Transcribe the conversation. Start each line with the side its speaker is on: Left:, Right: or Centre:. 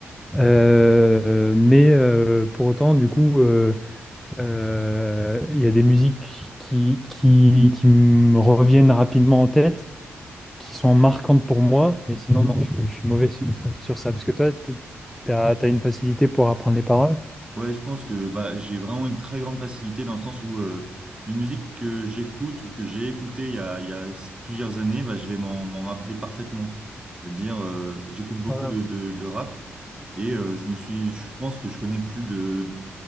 Centre: Euh, mais euh, pour autant, du coup, euh, euh, il y a des musiques qui, qui, qui me reviennent rapidement en tête qui sont marquantes pour moi, mais sinon, non, je, suis je suis mauvais sur ça, sur ça. Parce que toi, tu as, une facilité pour apprendre les paroles.
Right: Ouais, je pense que bah, j'ai vraiment une très grande facilité dans le sens où euh, une musique que j'écoute ou que j'ai écoutée il y a, il y a plusieurs années, bah, je vais m'en m'en rappeler parfaitement. C'est-à-dire, euh, j'écoute beaucoup
Centre: Voilà.
Right: de, de, de rap et euh, je me suis, je pense que je connais plus de,